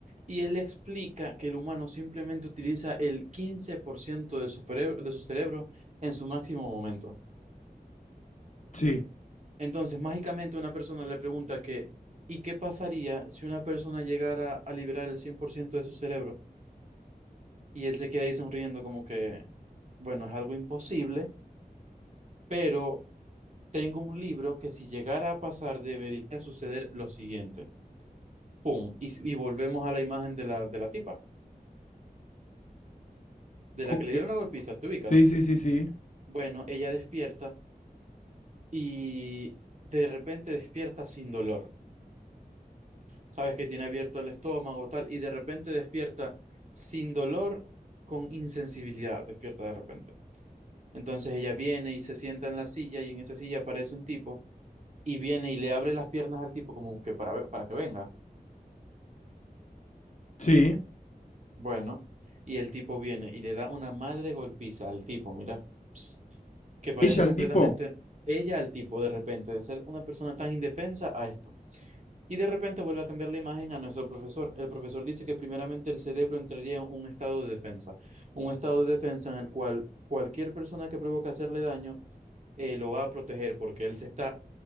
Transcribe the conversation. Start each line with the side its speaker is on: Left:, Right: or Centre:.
Right: Y él explica que el humano simplemente utiliza el 15% de su, pereb- de su cerebro en su máximo momento.
Left: sí,
Right: Entonces, mágicamente una persona le pregunta que, ¿y qué pasaría si una persona llegara a liberar el 100% de su cerebro? Y él se queda ahí sonriendo como que, bueno, es algo imposible, pero tengo un libro que si llegara a pasar debería suceder lo siguiente. ¡Pum! Y, s- y volvemos a la imagen de la, de la tipa, de
Left: ok,
Right: la que le dieron la golpiza, ¿te ubicas?
Left: sí, sí, sí, sí,
Right: Bueno, ella despierta y de repente despierta sin dolor. sabes que tiene abierto el estómago, tal, y de repente despierta sin dolor, con insensibilidad, despierta de repente. Entonces ella viene y se sienta en la silla y en esa silla aparece un tipo y viene y le abre las piernas al tipo como que para, ver- para que venga.
Left: sí,
Right: Bueno, y el tipo viene y le da una madre golpiza al tipo, mira, Ps, que parece
Left: Ella al
Right: completamente
Left: tipo,
Right: ella al tipo de repente, de ser una persona tan indefensa a esto. Y de repente vuelve a cambiar la imagen a nuestro profesor. El profesor dice que primeramente el cerebro entraría en un estado de defensa, un estado de defensa en el cual cualquier persona que provoque hacerle daño eh, lo va a proteger porque él se está